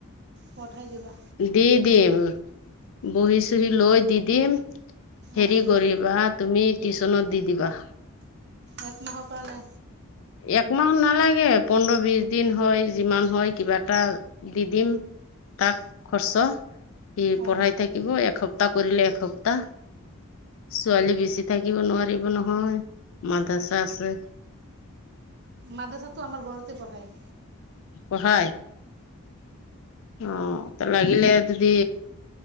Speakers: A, on the right; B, on the left.
A: পঠাই দিবা
B: দি দিম বহী চহি লৈ দি দিম হেৰি
A: অঁ
B: কৰিবা তুমি টিউচনত দি দিবা
A: এক মাহৰ কাৰণে
B: একমাহ নালাগে পোন্ধৰো বিশ দিন হয় যিমান হয় কিবা এটা দি দিম তাক খৰচো ই
A: অঁ
B: পঢ়াই থাকিব একসপ্তাহ কৰিলে একসপ্তাহ ছোৱালী বেচি থাকিব নোৱাৰিব নহয় মাদৰাচা আছে
A: মাদ্ৰাচাটো আমাৰ ঘৰতে পঢ়াই।
B: পঢ়ায় অ ত লাগিলে যদি